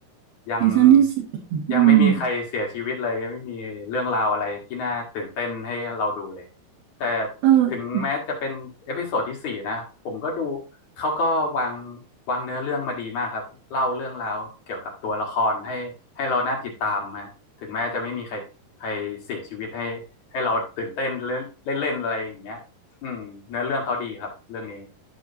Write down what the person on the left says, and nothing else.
ยัง
ยังไม่มีใครเสียชีวิตเลยยังไม่มีเรื่องราวอะไรที่น่าตื่นเต้นให้เราดูเลยแต่
ถึงแม้จะเป็นเอพิโซดที่สี่นะผมก็ดูเขาก็วางวางเนื้อเรื่องมาดีมากครับเล่าเรื่องราวเกี่ยวกับตัวละครให้ให้เราน่าติดตามฮะถึงแม้จะไม่มีใครใครเสียชีวิตให้ให้เราตื่นเต้นเล่นเล่นๆอะไรอย่างเงี้ยอืมเนื้อเรื่องเขาดีครับเรื่องนี้